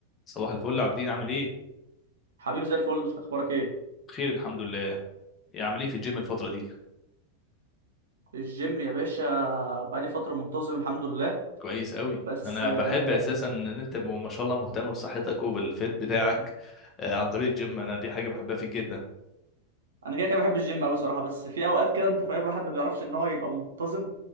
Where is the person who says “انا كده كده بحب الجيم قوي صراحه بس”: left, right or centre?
Right